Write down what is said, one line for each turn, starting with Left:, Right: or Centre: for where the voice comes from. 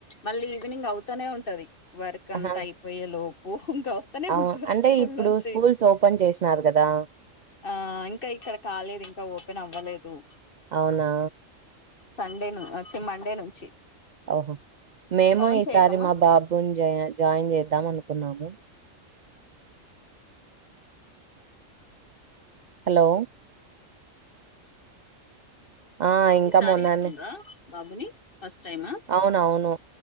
Left: మళ్ళీ ఈవినింగ్ అవుతానే ఉంటది వర్క్
Right: ఆహా
Left: అంతా అయిపోయే లోపు ఇంకా వస్తనే
Right: అవు
Left: ఉంటారు
Right: అంటే
Left: స్కూల్
Right: ఇప్పుడు
Left: నుంచి
Right: స్కూల్స్ ఓపెన్ చేసినారు కదా
Left: ఆ ఇంకా ఇక్కడ కాలేదు ఇంకా ఓపెన్ అవ్వలేదు
Right: అవునా
Left: సండేను వచ్చి మండే నుంచి
Right: ఓహో మేము
Left: కౌంట్
Right: ఈసారి
Left: చేయకమ్మా
Right: మా బాబుని జ జాయిన్ చేద్దాం అనుకున్నాము హలో ఆ ఇంకా
Left: ఈసారీ
Right: మొన్ననే
Left: ఇస్తుండ్రా బాబుని ఫస్ట్ టైమా
Right: అవునవును